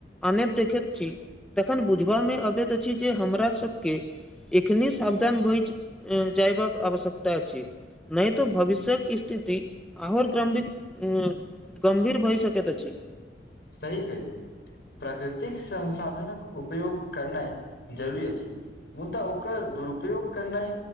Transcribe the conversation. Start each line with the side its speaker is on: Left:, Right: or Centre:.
Centre: आने देखैत छी तखन बुझबा में अबैत अछि जे हमरासबके एखनी सावधान भइ जइबाक आवश्यकता अछि नहि तऽ भविष्यत स्थिति आर ग्रामी उ गम्भीर भइ सकैत अछि
Left: सही कलिय प्राकृतिक संन्साधनक उपयोग करनाइ जरूरी अछि मुदा ओकर दुरूपयोग करनाइ